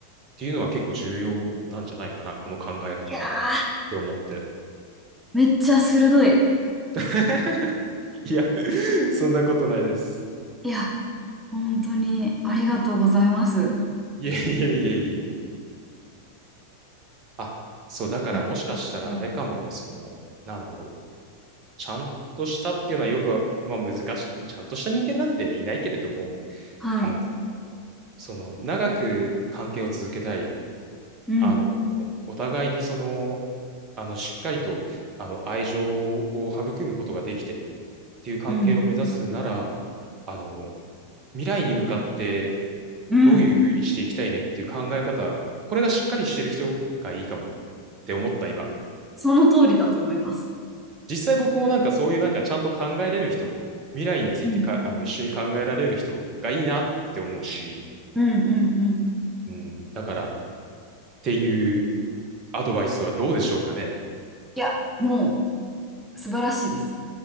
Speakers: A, on the right (about 30°); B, in the centre.
A: ていうのは結構重要なんじゃないかな、この考え方っ
B: いやー、
A: て思って。
B: めっちゃ鋭い。
A: <laughs> いや、そんなことないです。
B: いや、本当にありがとうございます。
A: いえいえいえいえいえ。あ、そう、だからもしかしたらあれかもね、
B: いや、うん
A: その、なんだろう。ちゃんとしたっていうのはよく、まあ難しい、ちゃんとした人間なんていないけれども、
B: はい。
A: あの、その、長く関係を続けたいっ
B: うん、
A: あの、お互いにその、あの、しっかりと、あの、愛情を育むことができてっていう関係を目指すなら、
B: うん、
A: あの、未来に向かって
B: うん。
A: どういうふうにしていきたいねっていう考え方、これがしっかりしてる人がいいかもって思った今。
B: その通りだと思います。
A: 実際僕もなんかそういうなんかちゃんと考えれる人を、未来についてか、
B: うん、
A: あの、一緒に考えられる人がいいなって思うし、
B: うん、うん、うん。
A: うん。だから、っていうアドバイスはどうでしょうかね。
B: いや、もう素晴らしいです。